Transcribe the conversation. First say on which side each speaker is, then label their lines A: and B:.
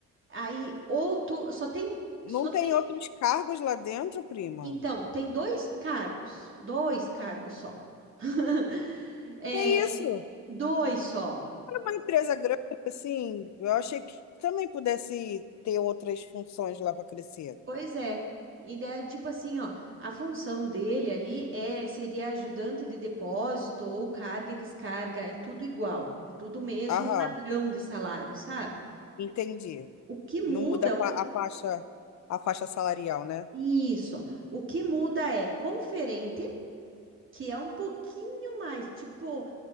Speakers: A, on the right (about 40°); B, on the left (about 65°).
A: Aí ou tu só tem
B: Não
A: só
B: tem
A: tem,
B: outros cargos lá dentro, prima?
A: então, tem dois cargos, dois cargos só. <laughs> É,
B: Que isso?
A: dois só.
B: Era uma empresa grande, assim, eu achei que também pudesse ter outras funções lá para crescer.
A: Pois é. E daí, tipo assim, ó, a função dele ali é seria ajudante de depósito ou carga e descarga, é tudo igual, é tudo o mesmo
B: Aham,
A: padrão de salário, sabe?
B: entendi.
A: O que muda,
B: Não muda a fa- a faixa, a faixa salarial, né?
A: isso, o que muda é conferente, que é um pouquinho mais, tipo